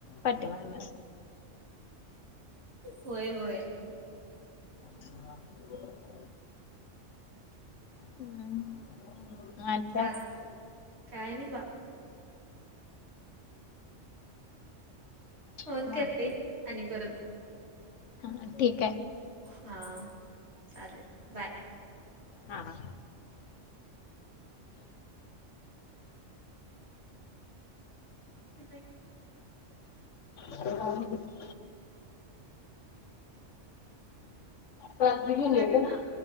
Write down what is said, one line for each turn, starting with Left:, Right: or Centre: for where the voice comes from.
Left: प्टी मारणार
Right: होय होय.
Left: ह <inaudible> हम्म. आणि
Right: चाल. काही नाही बा. फोन
Left: काय?
Right: करतेय आणि परत.
Left: हा ठीक आहे.
Right: हा चालेल बाय.
Left: हा हा.
Right: नाही.
Left: <unintelligible> रात्री गेलीये
Right: कट होत
Left: काय?